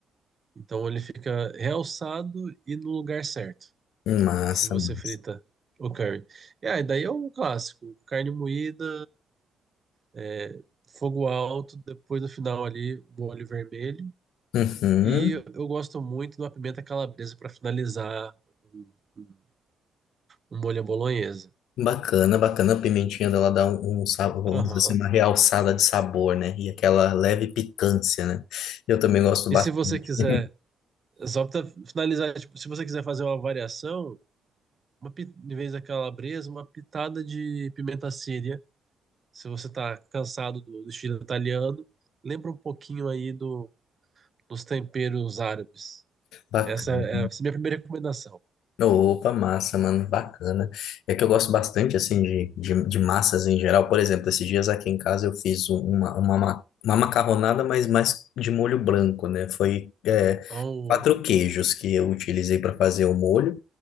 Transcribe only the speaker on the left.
Massa,
massa.
Uhum.
Bacana, bacana. A pimentinha dela dá um, um sabor, vamos
dizer assim, uma realçada de sabor, né? E aquela leve picância, né? Eu também gosto
bastante.
<laughs>
Bacana.
Opa, massa, mano, bacana. É que eu gosto bastante, assim, de, de, de massas em geral. Por exemplo, esses dias aqui em casa eu fiz um- uma, uma, ma- uma macarronada, mas mais de molho branco, né? Foi, é,
quatro queijos que eu utilizei para fazer o molho.